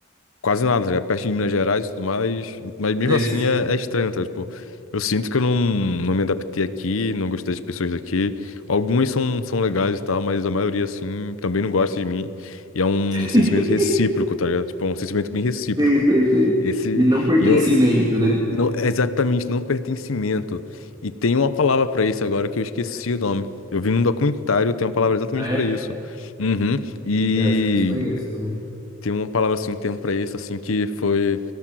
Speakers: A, on the left; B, on the right.
A: quase nada, tá ligado? Perto de Minas Gerais e tudo mais. Mas mesmo
B: Sei,
A: assim
B: sei,
A: é, é estranho, tá? Tipo, eu sinto que eu não, não me adaptei aqui, não gostei das pessoas daqui. Algumas são, são legais e tal, mas a maioria, assim, também não gosta de mim. E é um
B: <laughs>
A: sentimento recíproco, tá ligado? Tipo, é um sentimento bem recíproco.
B: sei, sei. sei.
A: Esse.
B: De não pertencimento,
A: E eu.
B: né?
A: Não, é exatamente, não pertencimento. E tem uma palavra pra isso agora que eu esqueci o nome. Eu vi num documentário, tem uma palavra exatamente
B: Ah, É,
A: pra isso. Uhum. E.
B: eu acho que eu desconheço também.
A: Tem uma palavra assim, um termo pra isso, assim, que foi.